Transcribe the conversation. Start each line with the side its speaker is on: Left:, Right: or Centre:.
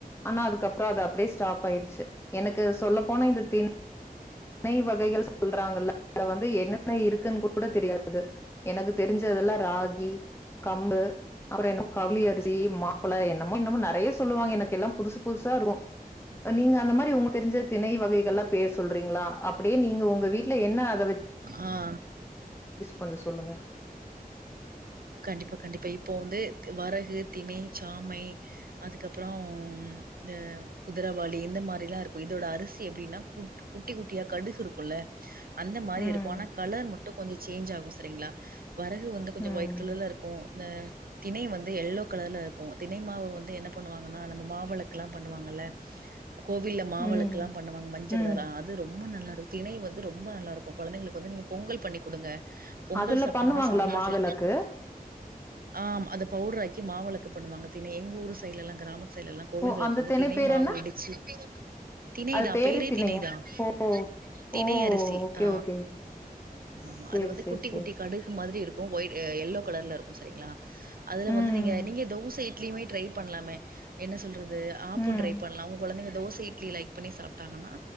Left: ஆனா அதுக்கப்றோ அது அப்டே ஸ்டாப் ஆய்டுச்சு எனக்கு சொல்ல போன இந்த தின் ணெய் வகைகள் சொல்றாங்கல <inaudible> வந்து என்னெ இருக்குன் கூட தெரியாது எனக்கு தெரிஞ்சதெல்லா ராகி கம்பு அப்றோ என்னோ கவுலி அரிசி தி மாப்பிள்ள என்னமோ இன்னமு நெறைய சொ ல்வாங்க எனக்கு எல்லா புதுசு புதுசா இருக்கோ இப் நீங்க அந்த மாரி உங்க தெரிஞ்சது திணை வகைகளல்லா பேர் சொல்றீங்ளா அப்டே நீங்க உங்க வீட்ல என்ன அ
Right: அ <inaudible>
Left: கொஞ்சோ சொல்லுங்க
Right: கண்டிப்பா கண்டிப்பா இப் இப்போ வந்து வரகு திணை சாமை அதுக்கப்புறோ ம் இந்த குதிரவாளி இந்த மாரி லா இருக்கு இதோட அரிசி எப்டினா குட் குட்டி குட்டியா கடுகு இருக்குல அந்த மாரி
Left: ம்
Right: இருக்கு ஆனா கலர் மட்டு கொஞ்சு சேஞ்ச் ஆகு சரிங்ளா வரகு வந்து கொஞ்சோ
Left: ம்
Right: ஒய்ட் கலர்ல இருக்கோ இந்த திணை வந்து எல்லோ கலர்ல இருக்கோ தினை மாவு வந்து என்ன பண்ணுவாங்கன்னா நம்ம மாவளக்குலா பண்ணுவாங்கல்ல அ கோவில மாவளக்குலா
Left: ம்
Right: பண்ணுவாங்க மஞ் ச
Left: ம்
Right: கலர்ல அ அது ரொம்போ நல்லா இருக்கு திணை வந்து ரொம்ப ரொம்ப நல்லாருக்கோ கொழந்தைங்களுக்கு வந்து நீங்க பொங்கல் பண்ணி குடுங்க பொங்கல்
Left: அதுல
Right: சாப்ட்டாங்கன்னா
Left: பண்ணுவாங்ளா
Right: சாம்பார்
Left: மாவெளக்கு
Right: சட் ஆம் அத பவுட்ராக்கி மாவளக்கு பண்ணுவாங்க தினை எங் ஊர் சைட்லலா கிராமத் த் சைட்லலா கோவில்களுக்கு
Left: ஓ அந்த
Right: வந்து
Left: திணை
Right: தினை
Left: பேர்
Right: மாவு
Left: என்ன
Right: இடிச்சி தினை
Left: அது
Right: தா
Left: பேரு
Right: பேரே
Left: திணையா
Right: தினை தா
Left: ஓ
Right: <inaudible> தினை
Left: ஓ
Right: அரி சி
Left: ஓகே
Right: ஆ
Left: ஓகே
Right: ஆமாமா
Left: சேரி
Right: அது வந்து
Left: சேரி
Right: குட்டி
Left: சேரி
Right: குட்டி கடுகு மாதிரி இருக் கோ ஒய்ட் அ எல்லோ கலர்ல இருக்கோ சரிங்ளா அதுல
Left: ம்
Right: வந்து நீங்க நீங்க தோசை இட்லிமே பண்ணலாமே என்ன சொல்ற து ஆப்போ
Left: ம்
Right: ட்ரை பண்லா உங் கொழந்தைங்க தோச இட்லி லைக் பண்ணி சாப்ட்டாங்கன்னா